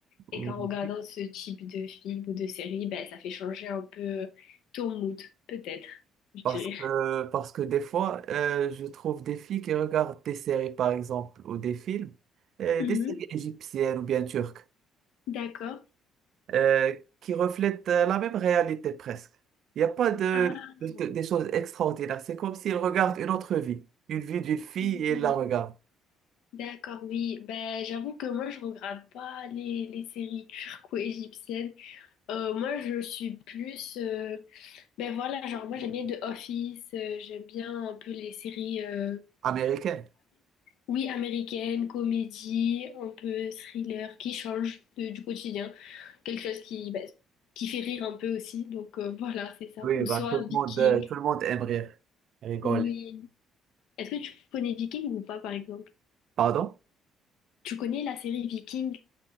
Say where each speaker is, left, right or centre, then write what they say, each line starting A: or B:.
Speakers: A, on the left; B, on the right.
A: Et
B: oui.
A: qu'en regardant ce type de film ou de série, ben, ça fait changer un peu ton mood, peut-être, je
B: Parce
A: dirais.
B: que, parce que des fois, euh, je trouve des filles qui regardent des séries, par exemple, ou des films, euh,
A: Mhm.
B: des séries égyptiennes ou bien turques,
A: D'accord.
B: euh, qui reflètent euh, la même réalité presque. Il n'y a pas de,
A: Ah,
B: de- des choses extraordinaires. C'est comme s'ils regardent une autre vie, une vie d'une fille
A: oui.
B: et ils la regardent.
A: D'accord, oui. Ben, j'avoue que moi, je regarde pas les, les séries turco-égyptiennes. Euh, moi, je suis plus... euh, ben voilà, genre moi, j'aime bien The Office, euh, j'aime bien un peu les séries... euh,
B: Américaine.
A: Oui, américaine, comédie, un peu thriller, qui change de- du quotidien. Quelque chose qui, bah, qui fait rire un peu aussi. Donc euh, voilà, c'est ça.
B: Oui,
A: Ou
B: bah,
A: soit
B: tout le monde,
A: Viking.
B: euh, tout le monde aime rire, rigoler.
A: Oui. Est-ce que tu connais Viking ou pas, par exemple?
B: Pardon?
A: Tu connais la série Viking